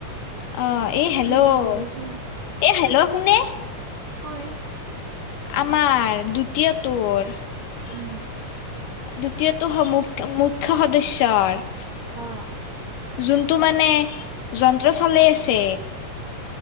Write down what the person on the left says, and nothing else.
অ এ হেল্ল'
এ হেল্ল' শোনে।
আমাৰ দু <unintelligible>
দ্বিতীয়টো মুখ্য সদস্যৰ
যোনটো মানে যন্ত্ৰ চলাই আছে।